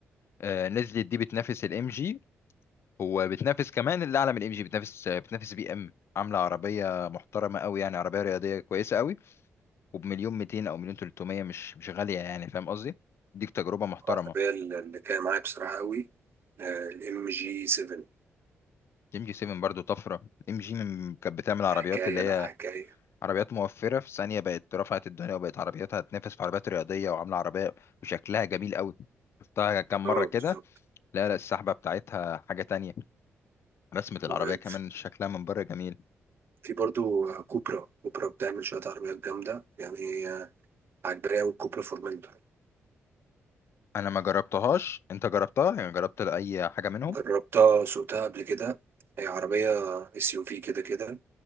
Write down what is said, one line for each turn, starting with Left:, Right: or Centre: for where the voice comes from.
Left: آه، نزلت دي بتنافس الام جي وبتنافس كمان اللي اعلى من الام جي بتنافس بتنافس بي ام عامله عربيه محترمه قوي يعني عربيه رياضيه كويسه قوي وبمليون 200 او مليون 300 مش مش غاليه يعني فاهم قصدي ديك تجربه محترمه
Right: العربية اللي كان معايا بصراحة قوي الام جي 7
Left: ام جي 7 برضو طفره ام جي من كانت بتعمل عربيات
Right: حكاية
Left: اللي هي
Right: لا حكاية
Left: عربيات موفرة في ثانية بقت رفعت الدنيا وبقت عربياتها تنافس في عربيات رياضية وعاملة عربية وشكلها جميل قوي شفتها كام
Right: اه
Left: مرة كده
Right: بالظبط
Left: لا لا السحبة بتاعتها حاجة تانية رسمة العربية
Right: وفي
Left: كمان شكلها من بره جميل
Right: برضو كوبرا كوبرا بتعمل شوية عربيات جامدة يعني عجباني أوي الكوبرا فورمنتور
Left: أنا ما جربتهاش أنت جربتها يعني جربت أي حاجة منهم
Right: جربتها سوقتها قبل كده هي عربية اس يو في كده كده